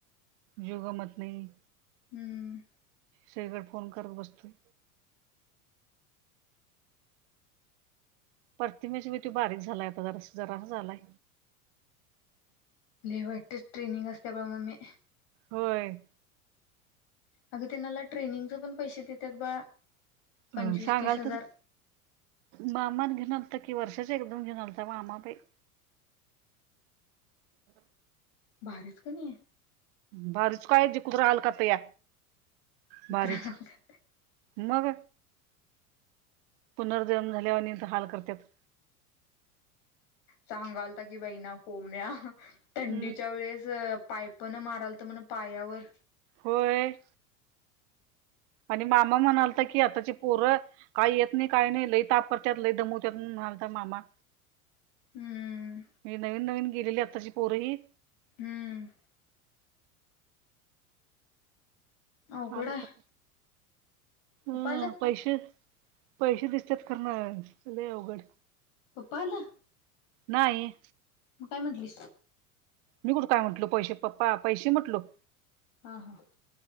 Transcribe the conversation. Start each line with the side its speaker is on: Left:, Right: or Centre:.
Right: जो गमत नाही.
Left: हम्म
Right: सगळीकडे फोन करत बसतोय. परतिमेशीि तू बारीक झालाय आता जरास जरा झालाय.
Left: ल वाटतच ट्रेनिंग असते ब मग मी
Right: होय.
Left: अगं त्यांनाला ट्रेनिंगचे पण पैसे देतात बाळा पंचवीस
Right: हम सांगाल
Left: तीस हजार
Right: तरू मामा घेणार तर कि वर्षाच एकदम घेणार तर मामा प
Left: बाारीच क नाही आहे.
Right: बारीच काय जी कतहाल कात या
Left: आहे
Right: बारीच मग पुनर्जन्म झाल्यावरनंत हाल करतात.
Left: सांगालता की बाई ना कोंब्या थंडीच्या
Right: हम्म
Left: वेळेस पाप पण माराल तर म्हण पायावर
Right: होय. आणि मामा म्हणाल तर की आताची पोरं काही येत नाही काही नाही लई ताप करतत लय दमवतत म्हलता मामा.
Left: हम्म
Right: मी नवीन नवीन गेलेली आत्ताशी पोरीही
Left: हम्म. अवघड
Right: अलका.
Left: आहे
Right: हम
Left: पप्पा आलं
Right: पैसे पैसे दिसतात करणार अवघड
Left: प्पाला
Right: नाही.
Left: म काय म्हंटलीस.
Right: मी कुठं काय म्हटलो पैसे पप्पा पैसे म्हटलो.
Left: हा हा.